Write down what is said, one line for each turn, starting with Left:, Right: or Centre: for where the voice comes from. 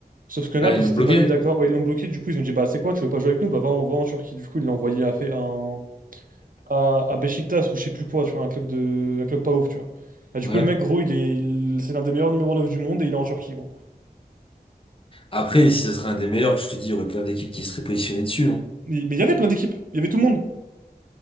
Right: Sauf que Naples,
Left: Ah, ils
Right: ils
Left: l'ont
Right: s'étaient
Left: bloqué?
Right: pas mis d'accord. Ouais, ils l'ont bloqué, du coup, ils ont dit, bah, c'est quoi, tu veux pas jouer avec nous? Bah, va en, va en Turquie. Du coup, ils l'ont envoyé à fait un à, à Beşiktaş ou je sais plus quoi, tu vois, un club de, un club pas ouf, tu vois. Ah, du
Left: Ouais.
Right: coup, le mec, gros, il est, il- c'est l'un des meilleurs numéro 9 du monde et il est en Turquie, gros.
Left: Après, si ce serait un des meilleurs, je te dis, il y aurait plein d'équipes qui seraient positionnées dessus, hein.
Right: Mais mais il y avait plein d'équipes, il y avait tout le monde.